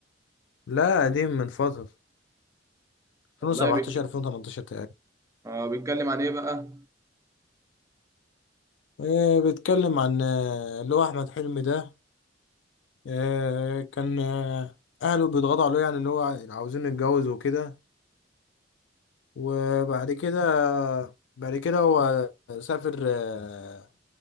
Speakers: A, on the left; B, on the right.
A: لا قديم من فترة 2017
B: والله بك
A: 2018 تقريبا
B: اه بيتكلم عن ايه بقى؟
A: أه بيتكلم عن آه، اللي هو احمد حلمي ده أه كان آه، اهله بيضغطوا عليه يعني اللي هو عاوزين يتجوز وكده وبعد كده بعد كده هو سافر آه،